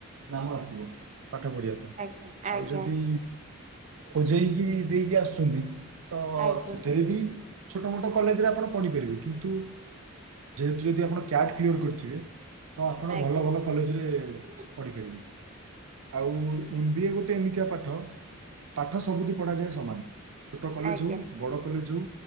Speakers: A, on the right; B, on the right.
A: ନାମ ଆସିବ ପାଠ ପଢିବାକୁ।
B: ଆଜ୍ଞା
A: ଆଉ
B: ଆଜ୍ଞା
A: ଯଦି ବଝେଇକି ଦେଇକି ଆସୁଛନ୍ତି ତ
B: ଆଜ୍ଞା
A: ସେଥିରେ
B: ଆଜ୍ଞା
A: ବି ଛୋଟ ମୋଟ କଲେଜରେ ଆପଣ ପଢ଼ିପାରିବେ କିନ୍ତୁ ଯେହେତୁ ଯଦି ଆପଣ କ୍ୟାଟ୍ କିଲୟର କରିଥିବେ ତ ଆପଣ ଭଲ
B: ଆଜ୍ଞା। ଆଜ୍ଞା ଆଜ୍ଞା
A: ଭଲ କଲେଜରେ
B: ହଁ ହଁ
A: ପଢିପାରିବେ ଆଉ ଏମ ବି ଏ ଗୋଟେ ଏମିତିଆ ପାଠ। ପାଠ ସବୁଠି ପଢାଯାଏ ସମାନ ଛୋଟ କଲେଜ
B: ଆଜ୍ଞା
A: ହଉ ବଡ କଲେଜ ହଉ